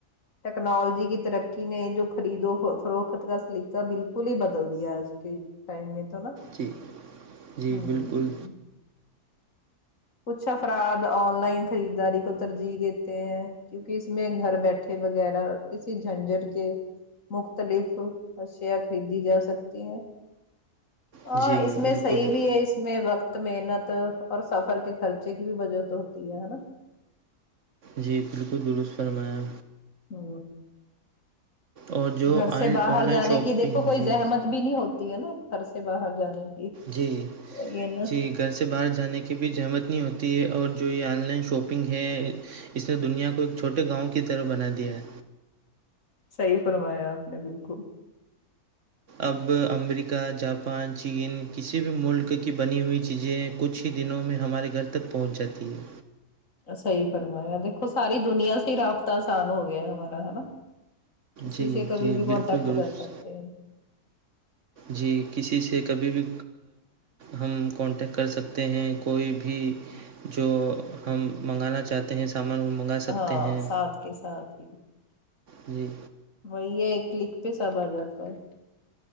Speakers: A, on the left (about 55°); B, on the right (about 55°).
A: ٹیکنالوجی کی ترقی نے جو خریدو فروخت کا سلیقہ بالکل پلی ہی بدل دیا آج کے ٹائم میں تو نا
B: جی جی
A: ہوں
B: بالکل
A: کچھ افراد آن لائن خریدداری کو ترجیح دیتے ہیں کیونکہ اس میں گھر بیٹھے وغیرہ کسی جھنجٹ کے مختلف اشیاء خریدی جا سکتی ہیں ہاں
B: جی
A: اس میں
B: بالکل
A: صحیح بھی ہے اس میں وقت محنت اور سفر کے خرچے کی بھی بجت ہوتی ہے نا
B: جی بالکل درست فرمایا
A: ہ
B: اور جو
A: گھر
B: آن
A: سے باہر
B: آن لائن
A: جانے
B: شاپنگ
A: کی دیکھو کوئی
B: جی
A: زحمت بھی نہیں ہوتی ہے نا گھر سے باہر جانے کی
B: جی
A: یہ نا
B: جی گھر سے باہر جانے کی بھی زحمت نہیں ہوتی ہے اور جو یہ آن لائن شاپنگ ہے اس نے دنیا کو ایک چھوٹے گاؤں کی طرح بنا دیا ہے
A: صحیح فرمایا آپ نے بالکل
B: اب امریکہ جاپان چین کسی بھی ملک کی بنی ہوئی چیزیں کچھ ہی دنوں میں ہمارے گھر تک پہنچ جاتی ہے
A: سحی فرمایا دیکھو ساری دنیا سے ہی رابطہ آسان ہو گیا ہمارا ہے نا کسی
B: جی
A: سے کبھی
B: جی
A: بھی
B: بالکل
A: کانٹیکٹ
B: درست
A: کر سکتے ہیں
B: جی کسی سے کبھی بھی ہم کانٹیکٹ کر سکتے ہیں کوئی بھی جو ہم منگانا چاہتے ہیں سامان وہ سکتے
A: ہاں
B: ہیں
A: ساتھ کے ساتھ ہی
B: جی
A: وہی یہ ایکلک پہ سب آ جاتا ہے